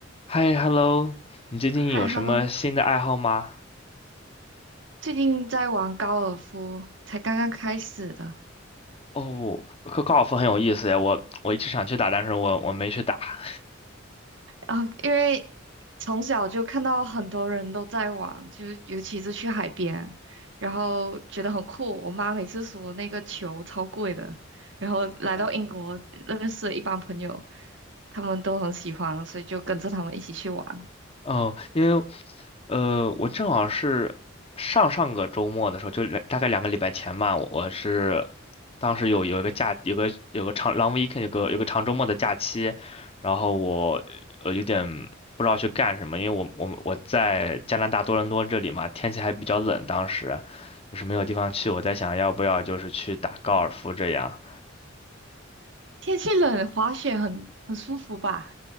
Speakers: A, on the left; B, on the right.
A: 嗨，hello，你最近有什么新的爱好吗？
B: 嗨，Hello，最近在玩高尔夫，才刚刚开始的。
A: 哦，高高尔夫很有意思呀，我我一直想去打，但是我我没去打。
B: 嗯、呃因为从小就看到很多人都在玩，就是尤其是去海边，然后觉得很酷。我妈每次说那个球超贵的，然后来到英国认识了一帮朋友，
A: <laughs>
B: 他们都很喜欢，所以就跟着他们一起去玩。
A: 哦，因为呃，我正好是上上个周末的时候，就两大概两个礼拜前吧，我我是当时有有一个假，有个有个长 long weekend，有个有个长周末的假期，然后我呃有点不知道去干什么，因为我我我在加拿大多伦多这里嘛，天气还比较冷，当时就是没有地方去，我在想要不要就是去打高尔夫这样。
B: 天气冷，滑雪很很舒服吧？